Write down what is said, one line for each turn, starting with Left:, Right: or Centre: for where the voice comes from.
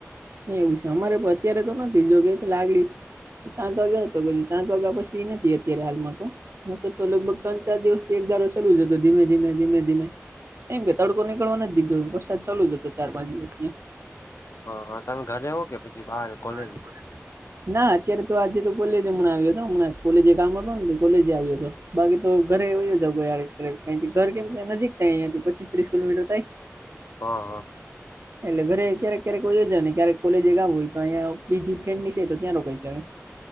Right: એવું છે. અમારે પણ અત્યારે, તો નથી જો પેલા સાત વાગ્યા હતો પછી સાત વાગ્યા પછી નથી હાલમાં તો, નકર તો લગભગ ત્રણ ચાર દિવસથી, એક ધારો શરુ જ હતો ધીમે ધીમે ધીમે ધીમે, એમ કે તડકો નીકળવા નથી દીધો વરસાદ ચાલુજ હતો ચાર પાંચ દિવસથી,
Left: હા હા. તમે ઘરે હો કે, પછી બહાર કોલેજ
Right: બાર ભલે, ના અત્યારે તો આજે તો કોલેજ હમણા આવ્યો હતો. હમણાજ કોલેજ કામ હતો, કોલેજ આવ્યો હતો. બાકી તો ઘરે વયો જાવ કોઈ હારે ઘરે કારણકે ઘર અહીંયાથી નજીક થાયં પચીસ ત્રીસ કિલોમીટર થાય. <inaudible>
Left: હ હ
Right: એટલે ઘરે ક્યારેક ક્યારેક વયો જાવ ક્યારેક કોલેજે કામ હોય., તો અહીંયા બીજી ફ્રેન્ડ ની છે તો ત્યાં રોકાય જાવ,